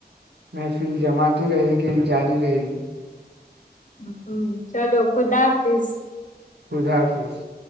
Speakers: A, on the right; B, on the left.
A: محفل جماتی رہے گی جاری رہے گی
B: ہ چلو خدافظ
A: خدا حافظ